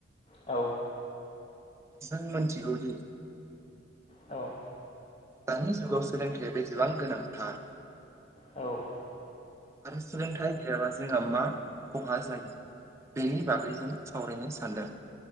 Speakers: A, on the left; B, on the right.
A: औ
B: जों मोन्थिगौदि
A: औ
B: दानि जुगाव सोलोंथाइया बेसेबां गोनांथार
A: औ
B: आरो सोलोंथाय गैयाबा जोंहा मा खहा जायो बेनि बागै जों सावरायनो सानदों।